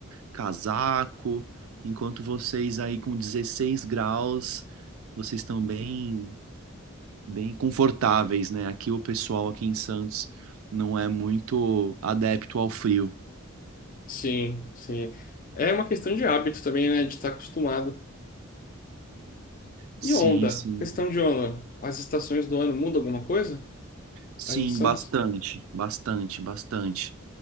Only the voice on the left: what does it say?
Sim, sim. É uma questão de hábito também, né? De estar acostumado.
E onda?
Questão de onda. As estações do ano mudam alguma coisa?
Aí em Santos?